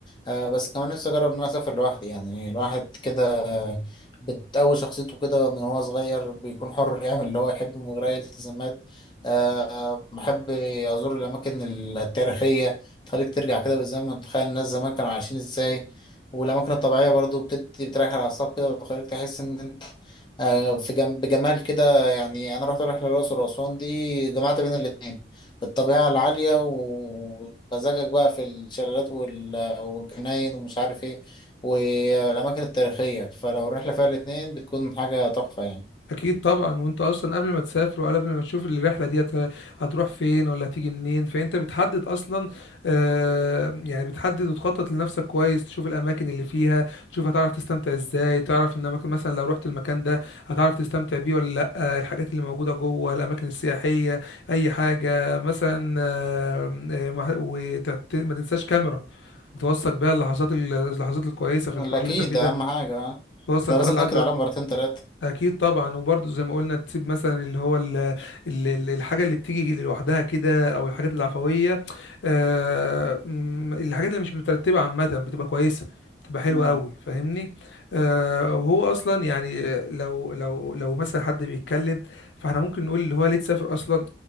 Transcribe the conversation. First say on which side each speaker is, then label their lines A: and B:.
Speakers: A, on the left; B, on the left.
A: آه، بس كمان نفسي اجرب ان انا اسافر لوحدي يعني الواحد كده آه، بتقوي شخصيته كده من هو صغير بيكون حر <laughs> يعمل اللي هو يحبه من غير اي التزامات آه، بحب ازور الاماكن التاريخيه تخليك ترجع كده بالزمن تخيل الناس زمان كانوا عايشين ازاي والاماكن الطبيعيه برضو بتدي بتريح الاعصاب كده وتخليك تحس ان انت آه، في جم... بجمال كده يعني انا رحت رحله الاقصر واسوان دي جمعت بين الاتنين الطبيعه العاليه و- ومزاجك بقى في الشلالات وال... والجناين ومش عارف ايه والاماكن التاريخيه فلو الرحله فيها الاتنين بتكون حاجه تحفه يعني
B: اكيد طبعا وانت اصلا قبل ما تسافر وقبل ما تشوف الرحله دي هت- هتروح فين ولا هتيجي منين فانت بتحدد اصلا آه يعني بتحدد وتخطط لنفسك كويس تشوف الاماكن اللي فيها تشوف هتعرف تستمتع ازاي تعرف ان اماكن مثلا لو رحت المكان ده هتعرف تستمتع بيه ولا لا آه، الحاجات اللي موجوده جوه الاماكن السياحيه اي حاجه مثلا آه آه، مح- وتعت- ما تنساش كاميرا توثق بيها اللحظات ال- اللحظات الكويسه في
A: لا
B: الحوار
A: اكيد
B: اللي انت فيه
A: ده
B: ده
A: اهم حاجه آه.
B: توثق
A: ده
B: فيها
A: لازم
B: اللحظات
A: ناكد عليها مرتين تلاته
B: اكيد طبعا وبرضه زي ما قلنا تسيب مثلا اللي هو ال- ال- ال- الحاجه اللي بتيجي لوحدها كده او الحاجات العفويه آه، م، الحاجات اللي مش مترتبه عامه بتبقى كويسه بتبقى حلوه
A: مم.
B: قوي فاهمني آه، وهو اصلا يعني لو لو لو مثلا حد بيتكلم فاحنا ممكن نقول اللي هو ليه تسافر اصلا